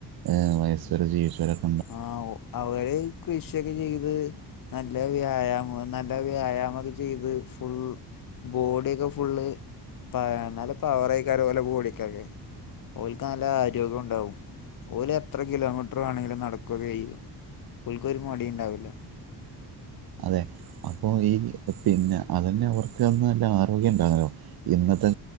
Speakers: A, on the right; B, on the left.
A: എഹ് വയസ്സ് വരെ ജീവിച്ചോരൊക്കെ
B: ആഹ് ഒ അവരെയ് കൃഷിയൊക്കെ ചെയ്ത് നല്ല വ്യായാമം നല്ല വ്യായാമൊക്കെ ചെയ്ത് ഫുൾ ബോഡിയൊക്കെ ഫുള്ള് താ നല്ല പവർ ആയിരിക്കും അവരുടെ ബോഡിക്കൊക്കെ ഓൽക്ക് നല്ല ആരോഗ്യോം ഇണ്ടാവും ഓല് എത്ര കിലോമീറ്റർ വേണെങ്കിലും നട ക്കൊക്കെ ചെയ്യും ഓൽക്ക് ഒരു മടിം ഇണ്ടാവില്ല.
A: അതെ അപ്പോ ഈ പിന്നെ അതന്നെ അവർക്ക് അന്ന് നല്ല ആരോഗ്യം ഇണ്ടാന്നാലോ ഇന്നത്തെ